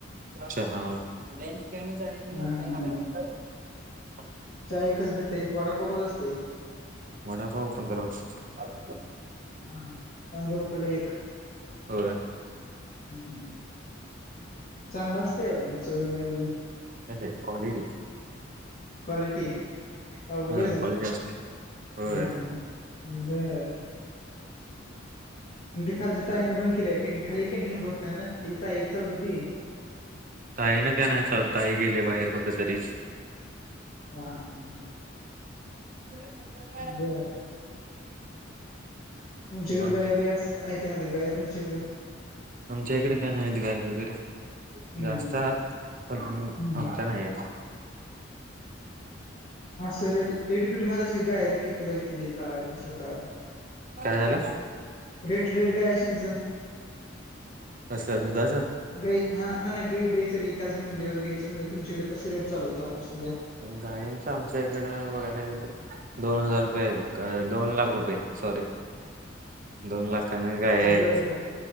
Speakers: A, on the right; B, on the left.
A: चहा <unintelligible>
B: हा हा चाय एकच देते, वाडापाव कसा असतय?
A: वडापाव पंधरा रुपयाचा.
B: हा पंधरा रुपयेला एक.
A: होय
B: हम्म चांगला असतया पण चवीन बी
A: अहे कॉलिटी.
B: क्वालिटी आहे का उगाच
A: होय कॉलिटि असती, होय
B: हा हा बर ती खालची ताईन बंद केलं हाय का नाही खाली एक कॅनटीन होत वाटत हेन ते ताई एक चालवती.
A: ताई न काय नाही चालू ताई गेलिया बाहेर कुठ तरी.
B: हा हा हा ह
A: <unintelligible>
B: बर तुमच्याकड
A: मग
B: गाया बिया अस आहे का ना ते गाया तुमच्याकडं?
A: आमच्या इकडे का नाहीत गाया वगैरे
B: हम्म
A: जास्त आात पण
B: हम्म
A: आमच्या नाहीयेत.
B: अस रेट रेटबीट माहिती असल, की गाय यती कितीला एक किती काय कसं काय?
A: काय झालं
B: रेट रेट गाय शिंच.
A: असं अंदाज?
B: गई हा नाही गई गई च एकच म्हणल्यावर घ्यायचं म्हणल्यावर तुमच्याकडे कसं रेट चालू आहे आता सध्या?
A: गायंचं आमच्या इकडं बघायला तर दोन हजार रुपये आहे बघ दोन लाख रुपये सॉरी. दोन लाखाने गाय आहेत
B: बर